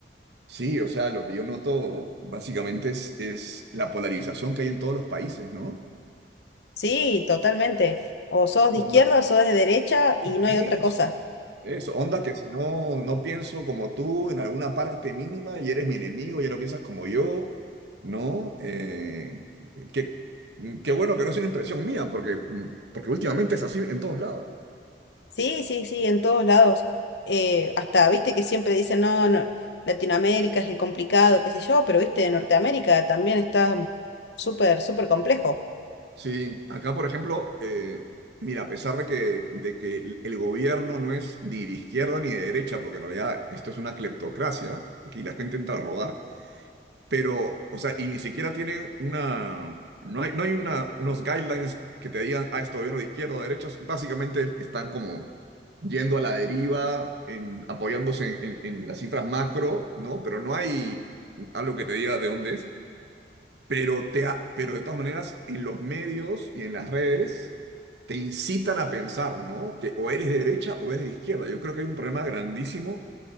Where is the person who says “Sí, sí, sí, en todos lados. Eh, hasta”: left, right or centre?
Left